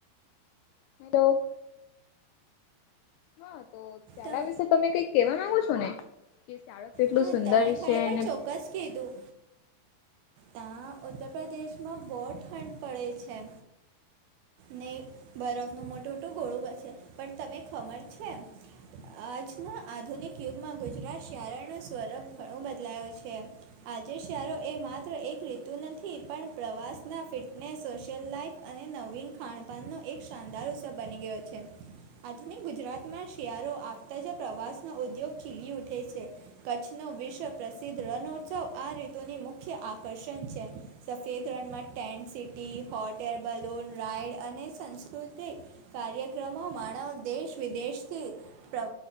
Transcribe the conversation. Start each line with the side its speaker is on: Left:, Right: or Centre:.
Left: હલો. હા તો શિયાળા
Right: તમ
Left: વિશે તમે કઈ કેવા માંગો છો ને? શાળો કેટલું
Right: હા
Left: સુંદર
Right: તમે ખરેખર
Left: છે અને
Right: ચોક્કસ કીધું. ત્યાં ઉત્તર પ્રદેશમાં બહુ ઠંડ પડે છે. ને બરફનું મોટું મોટું ઘોળું બ છે પણ તમે ખમર છે એમ. આજના આધુનિક યુગમાં ગુજરાત શારાનો સ્વરૂપ ઘણો બદલાયો છે. આજે શહેરો એ માત્ર એક રીતુ નથી પણ પ્રવાસના ફિટનેસ સોશિયલ લાઈફ અને નવીન ખાણપાનનો એક શાનદાર ઉત્સવ બની ગયો છે. આધુનિક ગુજરાતમાં શિયાળો આપતા જ પ્રવાસનો ઉદ્યોગ ખીલી ઉઠે છે. કચ્છનો વિશ્વ પ્રસિદ્ધ રણોત્સવ આ રીધોની મુખ્ય આકર્ષણ છે. સફેદ રણમાં tent city hot air balloon ride અને સંસ્કૃતિક કાર્યક્રમો માનવ દેશ વિદેશથી પ્ર